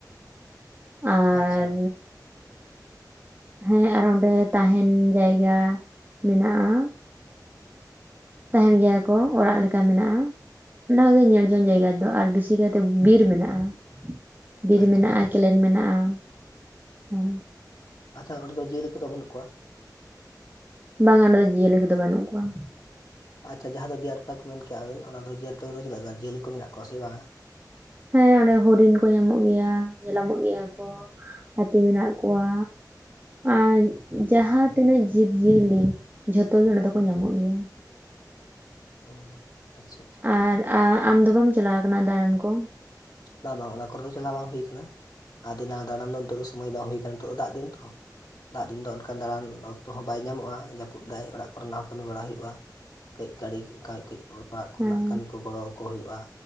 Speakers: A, on the right; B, on the left.
A: ᱟᱨ
B: ᱟᱪᱪᱷᱟ
A: ᱦᱮᱸ ᱟᱨ ᱚᱸᱰᱮ ᱛᱟᱦᱮᱱ ᱡᱟᱭᱜᱟ ᱢᱮᱱᱟᱜᱼᱟ ᱛᱟᱦᱮᱱ ᱜᱮᱭᱟ ᱠᱚ ᱚᱲᱟᱜ ᱞᱮᱠᱟ ᱢᱮᱱᱟᱜᱼᱟ ᱚᱱᱟ ᱠᱚᱫᱚ ᱧᱮᱞ ᱡᱚᱝ ᱡᱟᱭᱜᱟᱫᱚ ᱟᱨ ᱵᱮᱥᱤ ᱠᱟᱭᱛᱮ ᱵᱤᱨ ᱢᱮᱱᱟᱜᱼᱟ ᱵᱤᱨ
B: ᱟᱪᱪᱷᱟ
A: ᱢᱮᱱᱟᱜᱼᱟ
B: ᱟᱪᱪᱷᱟ
A: ᱠᱮᱞᱮᱱ ᱢᱮᱱᱟᱜᱼᱟ ᱦᱮ
B: ᱟᱪᱪᱷᱟ ᱚᱸᱰᱮ ᱫᱚ ᱡᱤᱭᱟᱹᱞᱤ ᱠᱚᱫᱚ ᱵᱟᱹᱱᱩᱜ ᱠᱚᱣᱟ
A: ᱵᱟᱝᱟ ᱚᱸᱰᱮ ᱫᱚ ᱡᱤᱭᱟᱹᱞᱤ ᱠᱚᱫᱚ ᱵᱟᱹᱱᱩᱜ ᱠᱚᱣᱟ
B: ᱟᱪᱪᱷᱟ ᱡᱟᱦᱟᱸ ᱫᱚ ᱰᱤᱭᱟᱨ ᱯᱟᱨᱠ ᱢᱮᱱ ᱠᱮᱜ-ᱟᱵᱤᱱ ᱚᱱᱟ ᱫᱚ ᱰᱤᱭᱟᱨ ᱯᱟᱨᱠ ᱫᱚ ᱪᱮᱫ ᱞᱮᱠᱟ ᱡᱤᱭᱟᱹᱞᱤ ᱠᱚ ᱢᱮᱱᱟᱜ ᱠᱚᱣᱟ ᱥᱮ ᱵᱟᱝᱟ
A: ᱦᱮᱸ ᱚᱸᱰᱮ ᱦᱚᱨᱤᱱ ᱠᱚ ᱧᱟᱢᱚᱜ ᱜᱮᱭᱟ ᱧᱮᱞᱢᱚᱜ ᱜᱮᱭᱟ ᱠᱚ ᱦᱟᱹᱛᱤ ᱢᱮᱱᱟᱜ ᱠᱚᱣᱟ ᱟᱨ ᱡᱟᱦᱟᱸ ᱛᱤᱱᱟᱹᱜ ᱡᱤᱵᱽᱭᱟᱹᱞᱤ ᱡᱷᱚᱛᱚ ᱜᱮ ᱚᱸᱰᱮ ᱫᱚᱠᱚ ᱧᱟᱢᱚᱜ ᱜᱮᱭᱟ
B: ᱚ ᱟᱪᱪᱷᱟ ᱟᱪᱪᱷᱟ
A: ᱟᱨ ᱟᱢ ᱫᱚ ᱵᱟᱢ ᱪᱟᱞᱟᱣ ᱟᱠᱟᱱᱟ ᱫᱟᱬᱟᱱ ᱠᱚ
B: ᱵᱟᱝ ᱵᱟᱝ ᱚᱱᱟ ᱠᱚᱨᱮ ᱫᱚ ᱪᱟᱞᱟᱣ ᱵᱟᱝ ᱦᱩᱭ ᱟᱠᱟᱱᱟ ᱟᱫᱤᱱᱟ ᱫᱟᱬᱟᱱ ᱫᱚ ᱱᱤᱛ ᱫᱚ ᱥᱚᱢᱚᱭ ᱵᱟᱝ ᱦᱩᱭ ᱠᱟᱱᱟ ᱱᱤᱛ ᱫᱚ ᱫᱟᱜ ᱫᱤᱱ ᱛᱚ ᱫᱟᱜ ᱫᱤᱱ ᱫᱚ ᱚᱱᱠᱟᱱ ᱫᱟᱬᱟᱱ ᱚᱠᱛᱚ ᱦᱚᱸ ᱵᱟᱭ ᱧᱟᱢᱚᱜ-ᱟ ᱡᱟᱹᱯᱩᱫ ᱫᱟᱭ ᱚᱲᱟᱜ ᱠᱚᱨᱮᱱᱟᱜ ᱦᱚᱸ ᱠᱟᱹᱢᱤ ᱵᱟᱲᱟ ᱦᱩᱭᱩᱜ-ᱟ ᱠᱟᱹᱡ ᱜᱟᱹᱲᱤ ᱠᱟᱹᱡ ᱠᱟᱹᱡ ᱚᱲᱟᱜ ᱠᱚᱨᱮᱱᱟᱜ
A: ᱦᱮᱸ
B: ᱠᱟᱹᱢᱤ ᱠᱚ ᱜᱚᱲᱚ ᱟᱠᱚ ᱦᱩᱭᱩᱜ-ᱟ